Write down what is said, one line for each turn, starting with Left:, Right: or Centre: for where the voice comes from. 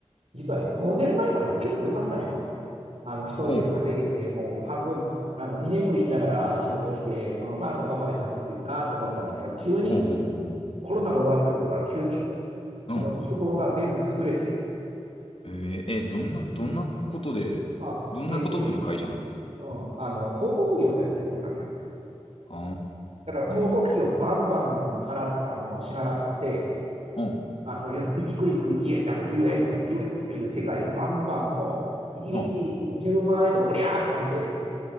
Right: 実はね、5年前まえまでね、結構良かったのよ。あの、一人で稼げて、
Left: ほう、
Right: もう半分、あの、居眠りしながら仕事をして、まあ、まあそこまで稼げるなと思ったんだけど、急に、
Left: ほう、ほう、ほう。
Right: コロナが終わった頃から急に、
Left: うん。
Right: この手法が全部崩れて、
Left: えー、えーどんな、どんなことで、
Right: あ、
Left: どんなことする会社なんですか
Right: えっとね、うん、あの、広告業でやってたのよ。
Left: あ
Right: だから広告費をバンバン払っ、
Left: あー、
Right: あの、支払って、
Left: ほう、
Right: あの、その要するに1クリック1円、あの、10円とか20円とかいう世界をバンバンもう、1日10万円とか、
Left: ほう、
Right: おりゃーって投げて、